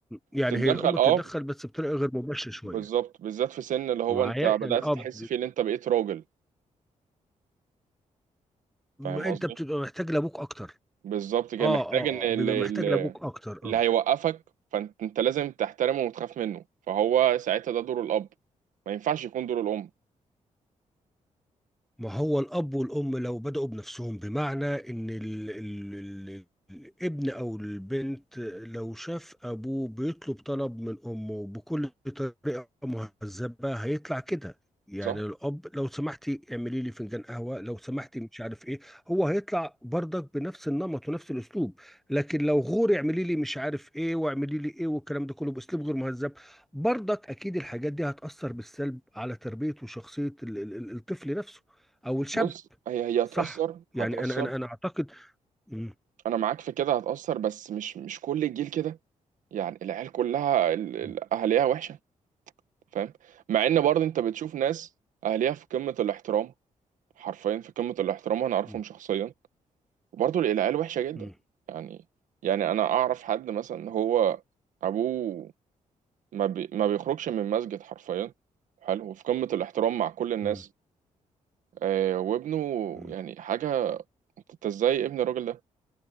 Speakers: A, in the centre; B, on the right.
A: يعني
B: تتدخل
A: هي الأم
B: اه
A: بتتدخل بس بطريقة غير مباشرة شوية
B: بالظبط بالذات في سن اللي هو
A: معايا
B: انت بدأت
A: يعني اه
B: تحس فيه ان انت بقيت راجل
A: ما
B: فاهم قصدي
A: انت بتبقى محتاج لابوك اكتر
B: بالظبط كده
A: اه
B: محتاج
A: اه
B: ان اللي,
A: اه بيبقى محتاج
B: اللي,
A: لابوك اكتر
B: اللي
A: اه
B: هيوقفك فانت انت لازم تحترمه وتخاف منه فهو ساعتها ده دور الأب ما ينفعش يكون دور الأم
A: ما هو الأب والأم لو بدأوا بنفسهم بمعنى إن ال ال ال الابن أو البنت لو شاف أبوه بيطلب طلب من أمه بكل طريقة مهذبة هيطلع كده يعني
B: صح
A: الأب لو سمحتي اعملي لي فنجان قهوة لو سمحتي مش عارف إيه هو هيطلع برضك بنفس النمط ونفس الأسلوب لكن لو غوري اعملي لي مش عارف إيه واعملي لي إيه والكلام ده كله بأسلوب غير مهذب برضك أكيد الحاجات دي هتأثر بالسلب على تربية وشخصية ال- ال- الطفل نفسه او الشاب
B: بص هي هي هتأثر
A: صح يعني
B: هتأثر
A: انا انا انا اعتقد مم.
B: انا معاك في كده هتأثر بس مش مش كل الجيل كده يعني العيال كلها ال- ال-
A: مم.
B: اهاليها وحشة فاهم مع ان برضه انت بتشوف ناس اهاليها في قمة الاحترام حرفيا في قمة الاحترام وانا اعرفهم
A: مم.
B: شخصيا وبرضه العيال وحشة جدا
A: مم.
B: يعني يعني انا اعرف حد مثلا هو ابوه ما, بي ما بيخرجش من مسجد حرفيا حلو وفي قمة الاحترام مع كل الناس
A: مم.
B: آه وابنه
A: مم.
B: يعني حاجة انت ازاي ابن الراجل ده